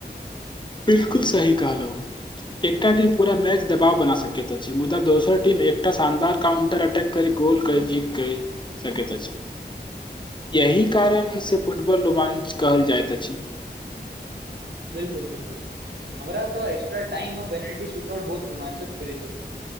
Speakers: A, on the left; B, on the right.
A: बिल्कुल सही कहलहुँ। एकटा टीम पूरा मैच दबाव बना सकैत अछि मुदा दोसर टीम एकटा शानदार काउंटर अटैक करि गोल कए जीत सकैत अछि यही कारण इसे फुटबॉल रोमांच कहल जाएत अछि
B: बिल्कुल, बिल्कुल। हमरा तॅं एकस्ट्रा टाइम आ पेनाल्टी सुट आउट बहुत रोमांचक करैत अछि।